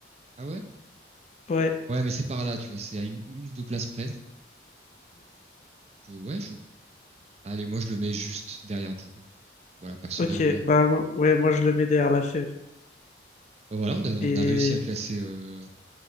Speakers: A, on the right (about 35°); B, on the left (about 40°).
A: Ah ouais?
B: Ouais.
A: Ouais, mais c'est par là, tu vois, c'est à une, une ou deux places près. Que, ouais, je... Allez, moi, je le mets juste derrière Jules. Voilà, personnellement.
B: Ok, bah mo- ouais, moi je le mets derrière la fève.
A: Bah, voilà, on a, on
B: Et
A: a réussi à classer euh,